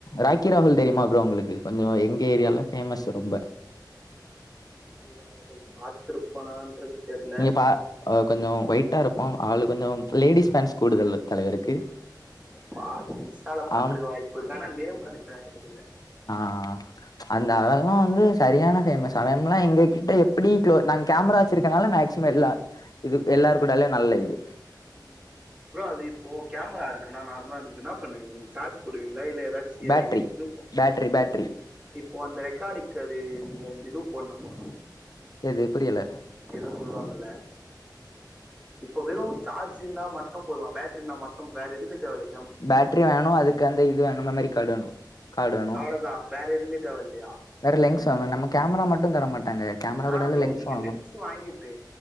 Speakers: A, on the left; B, on the right.
A: ரா க்கீ ராகுல் தெரிமா ப்ரோ ஒங்ளுக்கு கொஞ்சோ எங்க ஏரியாலா ஃபேமஸ்ஸு ரொம்ப
B: ஆ இரா கள் பாத்திருப்பனான்றது தெர்ல
A: நீங்க பா கொஞ்ச ஒயிட்டா இருப்பா ஆளு கொஞ்ச லேடிஸ் பேண்ஸ் கூடுதல் தலைவருக்கு
B: பாத் இன்ஷ்டால பாத்துருக்க
A: ஆம்
B: வாய்ப்புருக்க ஆனா நேம் கரட்டா ஞாபகத்தில்ல
A: ஆ அந்த லா வந்து சரியான பேமஸ் அவம்லா எங்க கிட்ட எப்டி க்ளோ நாங்க கேமரா வச்சிருக்கனால மேக் சிம் எல்லா இது எல்லார் கூடலு நல்ல இது
B: ம் ப்ரோ அது இப்போ கேமரா இருக்குன்னா நார்மலா இருக்குன்னா அதுக் ன்னா பண்ணுவீங் சார்ஜ் போடுவீங்களா இல்ல ஏதாச் சி
A: பேட்ரி
B: அடிக்கடிக்கு இது போ
A: பேட்ரி பேட்ரி
B: இப்போ அந்த ரெக்கார்டுக்கு அது நீங்க வந்து இது போட்ணுமா
A: எது புரியல
B: ஏதோ சொல்லுவாங்கல்ல இப்ப வெறும் சார்ஜ் இந்தா மட்டும் போதுமா பேட்டரி இந்தா மட்டும் வேற எதுவுமே தேவல்ல
A: பேட்டரி வேணு அதுக்கு அந்த இது வேணு மெமரி கார்டு வேணு கார்டு வேணு
B: அவ்ளதா வேற எதுமே தேவ இல்லையா
A: வேற லென்ஸ் வாங்கணு நம்ம கேமரா மட்டும் தர மாட்டாங்க கேமரா
B: ஆ
A: கூட
B: ப்ரோ
A: ல லென்ஸ்
B: நீங்க
A: வாங்னு
B: வாங்கிட்டு